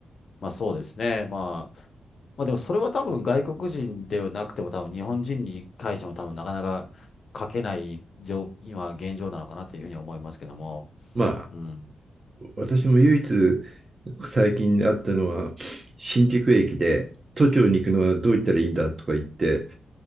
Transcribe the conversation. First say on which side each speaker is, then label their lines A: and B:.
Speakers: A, on the left; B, on the right.
A: まあそうですね。まあ、まあでもそれは多分外国人ではなくても多分日本人に対しても多分なかなか書けない状今現状なのかなというふうに思いますけども。
B: ま
A: うん。
B: 私も唯一最近あったのは、新宿駅で都庁に行くのはどう行ったらいいんだとか言って、